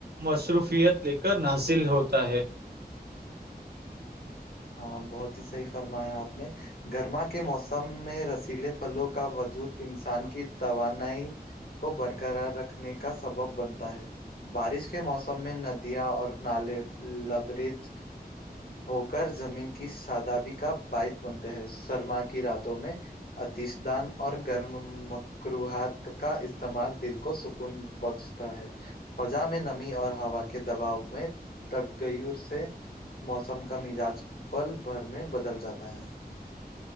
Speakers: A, on the right; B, on the left.
A: مصروفیت لے کر نصل ہوتا ہے
B: ہاں بہت ہی صحیح فرمایا آپ نے گرما کے موسم میں رسیلے پھلوں کا وجود انسان کی توانائی کو برقرار رکھنے کا سبب بنتا ہے بارش کے موسم میں ندیاں اور نالے لبریج ہو کر زمین کی سادابی کا باعث بنتے ہیں سرما کی راتوں میں اتیش دان اور گرم م کروہات کا استعمال دل کو سکون بخشتا ہے فضا میں نمی اور ہوا کے دباؤ میں تگیور سے موسم کا مزاج پل بھر میں بدل جاتا ہے